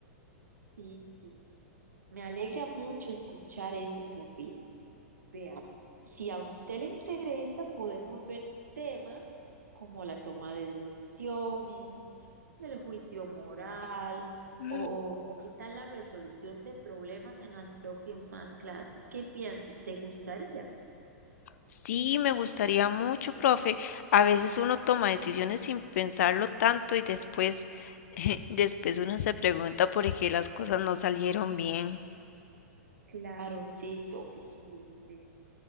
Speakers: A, on the right (about 90°); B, on the left (about 65°).
A: Sí, sí. Me alegra mucho escuchar eso, Sofía. Vea, si a usted le interesa, podemos ver temas como la toma de decisiones, el juicio moral
B: Mm,
A: o, o qué tal la resolución de problemas en las próximas clases. ¿Qué piensas? ¿Te gustaría?
B: Sí, me gustaría mucho, profe. A veces uno toma decisiones sin pensarlo tanto y después, <laughs> después uno se pregunta por qué las cosas no salieron bien.
A: Claro, sí, Sofi, sí, este.